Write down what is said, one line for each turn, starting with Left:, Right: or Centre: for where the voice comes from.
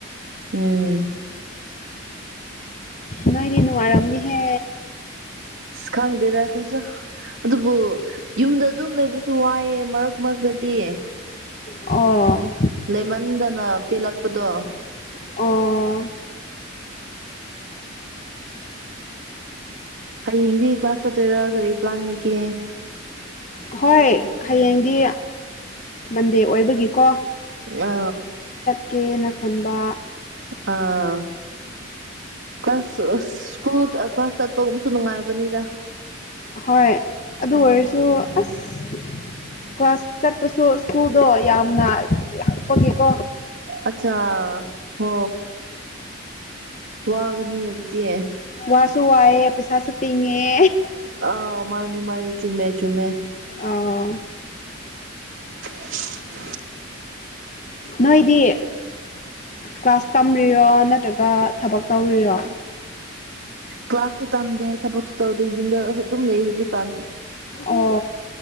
Right: ꯎꯝ
Left: ꯅ ꯏꯗꯤ ꯅꯉꯝꯅꯤꯍꯦ
Right: ꯁꯈꯥꯡꯗꯗ ꯀꯁꯨ ꯑꯗꯨꯕꯨ ꯌꯨꯝꯗ ꯑꯗꯨꯝ ꯂꯩꯕꯁꯨ ꯋꯥꯏꯑꯦ ꯃꯔꯛ ꯃꯔꯛꯇꯗꯤ
Left: ꯑꯣ
Right: ꯂꯩꯃꯟꯗꯅ ꯄꯦꯜꯂꯛꯄꯗꯣ
Left: ꯑꯣ
Right: ꯍꯌꯦꯡꯗꯤ ꯀ꯭ꯂꯥꯁ ꯆꯠꯇꯣꯏꯔꯥ ꯀꯔꯤ ꯄ꯭ꯂꯥꯟ ꯂꯩꯒꯦ
Left: ꯍꯣꯏ ꯍꯌꯦꯡꯗꯤ ꯃꯟꯗꯦ ꯑꯣꯏꯕꯒꯤꯀꯣ
Right: ꯑ
Left: ꯀꯦꯅ ꯈꯟꯕ
Right: ꯑꯥ ꯀ꯭ꯂꯥꯁ ꯁ꯭ꯀꯨꯜ ꯀ꯭ꯂꯥꯁ ꯆꯠꯄꯒꯨꯝꯕꯁꯨ ꯅꯨꯡꯉꯥꯏꯕꯅꯤꯗ
Left: ꯍꯣꯏ ꯑꯗꯨ ꯑꯣꯏꯔꯁꯨ ꯑꯁ ꯀ꯭ꯂꯥꯁ ꯆꯠꯄꯁꯨ ꯁ꯭ꯀꯨꯜꯗꯣ ꯌꯥꯝꯅ ꯂꯥꯛꯄꯒꯤꯀꯣ
Right: ꯑꯆꯥꯥ ꯍ ꯋꯥꯒꯅꯤ ꯍꯥꯏ ꯑꯗꯨꯗꯤꯤ
Left: ꯋꯥꯁꯨ ꯋꯥꯏꯑꯦ ꯄꯩꯁꯥꯁꯨ ꯇꯤꯡꯉꯦ
Right: ꯑ ꯃꯥꯅꯤ ꯃꯥꯅꯤ ꯆꯨꯝꯃꯦ ꯆꯨꯝꯃꯦ
Left: ꯑꯥ
Right: <unintelligible>
Left: ꯅꯣꯏꯗꯤ ꯀ꯭ꯂꯥꯁ ꯇꯝꯔꯤꯔꯣ ꯅꯠꯇ꯭ꯔꯒ ꯊꯕꯛ ꯇꯧꯔꯤꯔꯣ
Right: ꯀ꯭ꯂꯥꯁꯥꯁ ꯇꯝꯗꯦ ꯊꯕꯛꯁꯨ ꯇꯧꯗꯦ ꯌꯨꯝꯗ ꯑꯗꯨꯝ ꯂꯩ ꯍꯧꯖꯤꯛꯀꯥꯟ
Left: ꯑꯣ